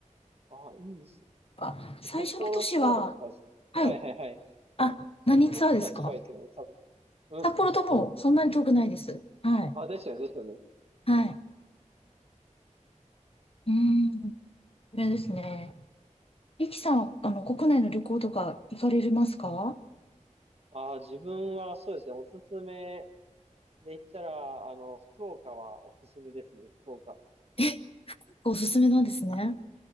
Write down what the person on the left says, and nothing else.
あ最初の都市は
はい。
あ、
何ツアーですか
札幌ともそんなに遠くないです。はい。
はい。うーん。これですね。リキさん、あの、国内の旅行とか行かれますか
え、おすすめなんですね。